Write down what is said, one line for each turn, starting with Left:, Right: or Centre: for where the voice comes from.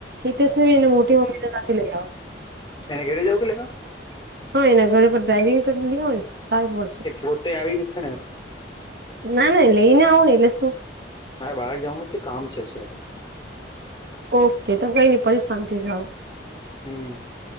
Right: હિતેશ ને બી એને મોટી મમ્મીતા સાથે લઈ આવો.
Left: એને ઘરે જવું કે લેવા?
Right: હા એના ઘરે પણ ડ્રાઈવિંગ કરી લે હોને સારું પડશે.
Left: એ પોતે આવી જશે ને
Right: નાન એ લઈની આવન એલે સુું.
Left: મારે બહાર જવાનું છે કામ છે અત્યારે.
Right: ઓકે તો કઈ નઈ પર શાંત લાવો.
Left: હમ,